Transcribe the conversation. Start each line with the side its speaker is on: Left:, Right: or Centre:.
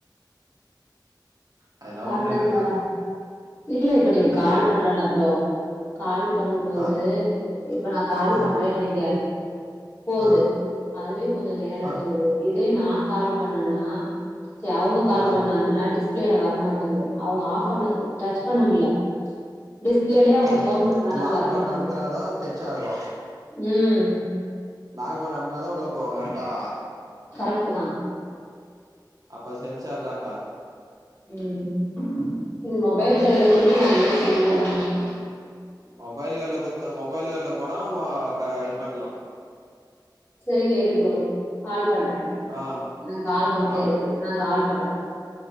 Right: அதெல்லா
Left: சாப்டாச்சா
Right: ஒண்ணு இல்லக்கா
Left: இல்லே இப்ப நீங்
Right: இல்லையே
Left: கால் பண்றல ப்ரோ கால் பண்ணும் போது
Right: ஆ
Left: இப்ப நா கால்
Right: ஆ
Left: பண்றே வைங்க போது
Right: ஆ
Left: அதுவே கொஞ்ச நேர எடுத்துக்குது
Right: ஆ
Left: இதேய் நா கால் பண்ணனா சே அவங்க கால்
Right: ஆ
Left: பண்ணாங்னா டிஸ்பிளேல வர மாட்டன்து அவ்ங்க ஆஃப் பண்ண டச் பண்ண முல்ல டிஸ்ப்ளேலியே அவங்க
Right: ம்
Left: ஃபோன் பண்றாங்கு அது
Right: லாக்
Left: வரமாட்டுது
Right: பட்டன் அமுத்துனாதா டச் ஆகு
Left: உம்
Right: லாக் பண்ண அம்னாதா உள்ள போவாங்க அர்ட்டா
Left: கரக்ட்டு தா
Right: அப்ப சென்சார் தாங்கா
Left: உம் இது மொபைல் கடைல குடுத்தா மா நா நெக்ஸ்ட்டு டைம் பண்றது
Right: மொபைல்கள்ல கொத்து மொபைல்கள்ல போனா வா கா இது பண்லா
Left: சரிங்க இருக்குறோம் கால் பண்றே
Right: ஆ
Left: நா கால் வந்துட்டே
Right: ஆ
Left: இருக்கு நா கால் பண்ற